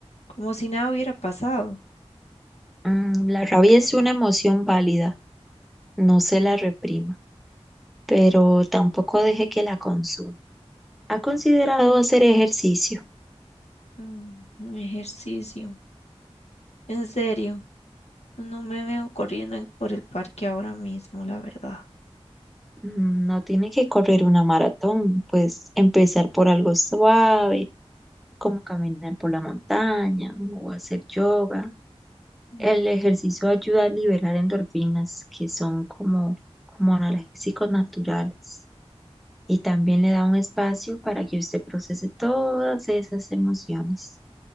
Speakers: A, on the left (about 80°); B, in the centre.
A: como si nada hubiera pasado.
B: Mm, la Mm, rabia es una emoción válida, no se la reprima, pero tampoco deje que la consuma. ¿Ha considerado hacer ejercicio?
A: Mm, un ejercicio, en serio, no me veo corriendo en- por el parque ahora mismo, la verdad.
B: Mm, No tiene que correr una maratón, pues empezar por algo suave, como caminar por la montaña o hacer yoga.
A: Mm,
B: El ejercicio ayuda a liberar endorfinas, que son como, como analgésicos naturales. y también le da un espacio para que usted procese todas esas emociones.